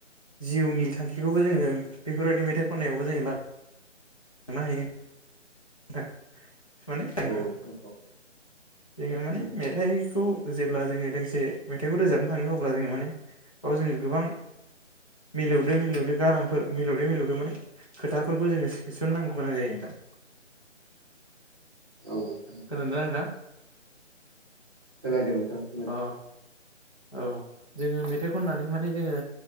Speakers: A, on the left; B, on the right.
A: जिउनि थांखिखौबो जोङो बेफोरबायदि मेथाइ खननायावबो जोङो लानो। थांनो हायो नोंग। नोथां माने नोंथां
B: औ औ
A: जोङो माने
B: नोंथां औ
A: मेथाइखौ। जेब्ला जोङो दोंसे मेथाइखौ रोजाबनो थाङो अब्ला जोङो माने आव जोङो गोबां। मिलौदो मिलौदो गारांफोर मिलौदो मिलौदो माने खोथाफोरखौ जोङो सोसननांगौ गोनां जायो नोथां।
B: औ नोंथां
A: खोनादोंना
B: औ।
A: नोंथां
B: खोनादों नोंथां। <unintelligible>
A: अ औ जोङो मेथाइ खननानै माने जोङो।